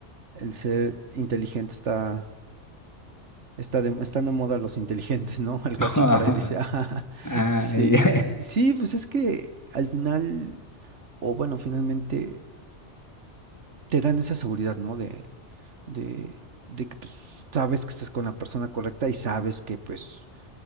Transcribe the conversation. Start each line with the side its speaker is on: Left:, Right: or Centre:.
Right: el ser inteligente está, está de, están de moda los inteligentes, ¿no? <laughs> Algo
Left: <laughs>
Right: así por ahí dice, <laughs> ah,
Left: Ah,
Right: sí,
Left: ya.
Right: sí, pues es que al final, o bueno, finalmente te dan esa seguridad, ¿no? De, de, de que pues sabes que estás con la persona correcta y sabes que pues